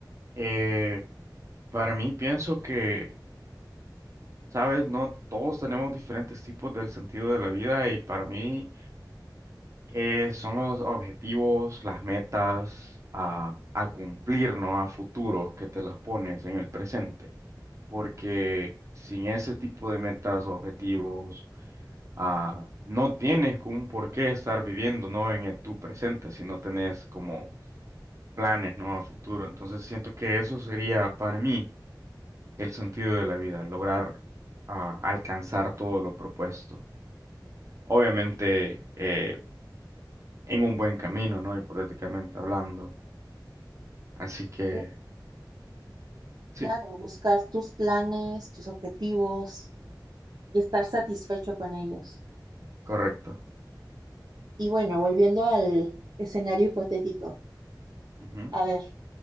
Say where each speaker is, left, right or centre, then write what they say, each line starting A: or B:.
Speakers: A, on the right; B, on the right.
A: eh, para mí pienso que, sabes, no todos tenemos diferentes tipos del sentido de la vida y para mí eh, son los objetivos, las metas a, a cumplir, ¿no? A futuro que te las pones en el presente, porque sin ese tipo de metas, o objetivos, ah, no tienes como un por qué estar viviendo, ¿no? En el, tu presente, si no tenés como planes, ¿no? A futuro. Entonces siento que eso sería para mí el sentido de la vida, lograr ah, alcanzar todo lo propuesto. Obviamente eh, en un buen camino, ¿no? Hipotéticamente hablando. Así que
B: Cl-
A: sí,
B: Claro, buscar tus planes, tus objetivos y estar satisfecho con ellos.
A: correcto.
B: Y bueno, volviendo al escenario hipotético.
A: Ujú,
B: A ver,